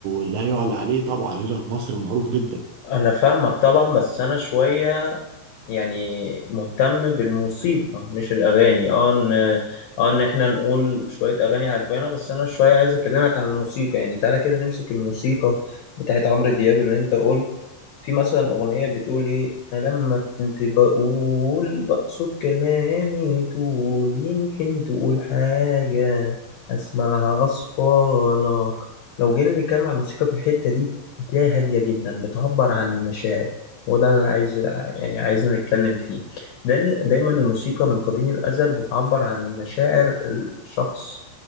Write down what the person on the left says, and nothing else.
انا فاهمك طبعا بس انا شويه يعني مهتم بالموسيقى مش الاغاني اه ان اه ان احنا نقول شويه اغاني عجبانا بس انا شويه عايز اكلمك عن الموسيقى يعني تعالى كده نمسك الموسيقى بتاعت عمرو دياب اللي انت قلت في مثلا اغنيه بتقول ايه انا لما كنت بقول بقصد كلامي طول يمكن تقول حاجه اسمعها اصفالك لو جينا نتكلم عن الموسيقى في الحته دي هتلاقيها هادية جدا بتعبر عن المشاعر وده اللي أنا عايز يعني عايزين نتكلم فيه لأن دايما الموسيقى من قديم الأزل بتعبر عن مشاعر الشخص